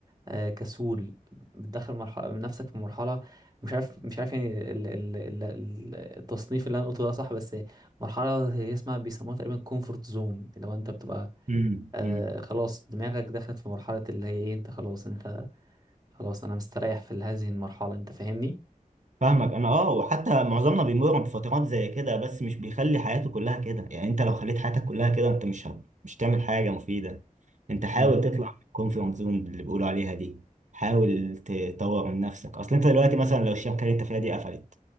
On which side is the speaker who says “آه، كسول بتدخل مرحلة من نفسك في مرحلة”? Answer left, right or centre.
Right